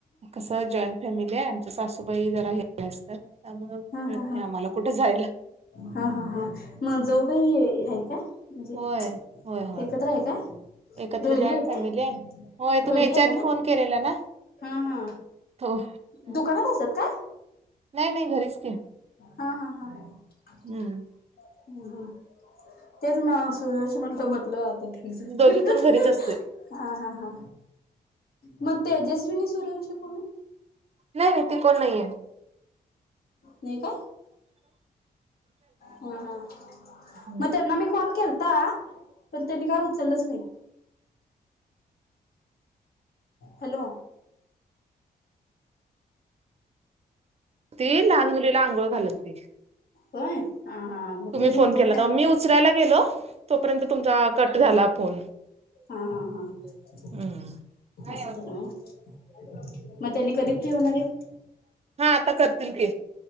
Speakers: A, on the right; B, on the left.
A: कसंय जॉईंट फॅमिली आहे आमच्या सासूबाई जरा हे <unintelligible> असतात त्यामुळं
B: हा
A: मिळत
B: हा हा
A: नाय आम्हाला कुठ जायला.
B: हा हा हा म जाऊबाई हाये का म्हणजे
A: होय. होय, होय.
B: एकत्र हाय का
A: एकत्र
B: रोहिणी
A: जॉईंट
B: हाय
A: फॅमिली
B: काय
A: आहे. होय तुम्ही
B: रोहिणी
A: याच्या
B: एक
A: आधी
B: हाय ना
A: फोन केलेला ना?
B: हा हा
A: तो
B: दुकानात असत्यात काय?
A: नाय नाय घरीचं
B: हा हा हा हूं
A: हं.
B: हूं तेच म सूर्यवंशी म्हटलं म्हटलं आता ते <unintelligible>
A: दोघी पण घरीच असतोय.
B: हा हा हा मग तेजस्विनी सूर्यंवंशी कोण ओ
A: नाय नाय ती कोण नाहीये.
B: नय काय ह ह
A: हं.
B: म त्यांना मी कॉल केलता पण त्यांनी काय उचलंच नाहीत. हॅलो
A: ती लहान मुलीला आंघोळ घालत होती.
B: होय हा हा मग
A: तुम्ही
B: तेच मी
A: फोन
B: दोन
A: केला
B: वेळ
A: तवा मी उ उचरायला गेलो तोपर्यंत तुमचा कट झाला फोन.
B: हा हा हा हा
A: हं. हा
B: अस झालं व्हय म त्यांनी कधी फ्री होणार हाईत.
A: हा आता करतील के